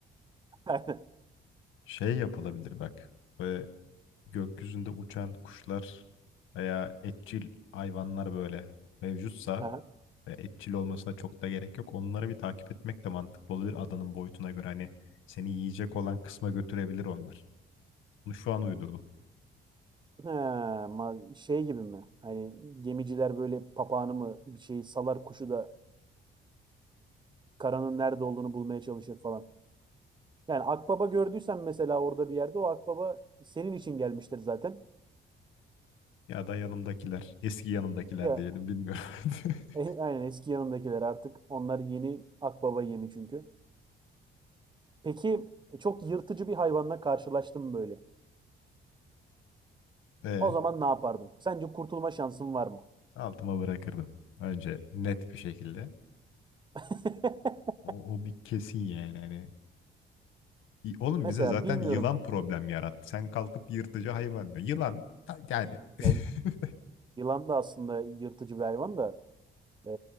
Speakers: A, on the right; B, on the left.
A: <laughs>
B: Şey yapılabilir bak. Böyle gökyüzünde uçan kuşlar veya etçil hayvanlar böyle mevcutsa
A: Aha.
B: ve etçil olmasına çok da gerek yok. Onları bir takip etmek de mantıklı olabilir adanın boyutuna göre. Hani seni yiyecek olan kısma götürebilir onlar. Bunu şu an uydurdum.
A: Ha, ma- şey gibi mi? Hani gemiciler böyle papağanı mı bir şeyi salar kuşu da karanın nerede olduğunu bulmaya çalışır falan. Yani akbaba gördüysen mesela orada bir yerde o akbaba senin için gelmiştir zaten.
B: Ya da yanımdakiler, eski yanımdakiler
A: Ya
B: diyelim bilmiyorum. <laughs>
A: e, aynen eski yanındakiler artık onlar yeni akbaba yemi çünkü. Peki e, çok yırtıcı bir hayvanla karşılaştın mı böyle?
B: E,
A: O zaman ne yapardın? Sence kurtulma şansın var mı?
B: altıma bırakırdım. Önce net bir şekilde.
A: <laughs>
B: O, o bir kesin yani hani Y- Oğlum
A: Mesela
B: bize zaten
A: bilmiyorum.
B: yılan problem yarattı. Sen kalkıp yırtıcı hayvan diyorsun. Yılan ha- yani <laughs>
A: Ya yılan da aslında yırtıcı bir hayvan da e,